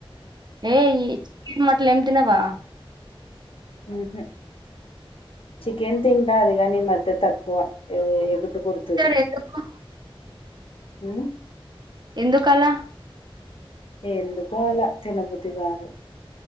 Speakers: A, on the right; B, on the left.
A: ఏ ఈ చికెన్ మటన్ ఏం తినవా
B: హు హ్మ్మ్ చికెన్ తింటడా అదిగా ని మత్ తక్కువ ఏ
A: సరే
B: తుది
A: ఎందుకు
B: ఉమ్
A: ఎందుకలా
B: ఎందుకు అలా తినబుద్ధి గాదు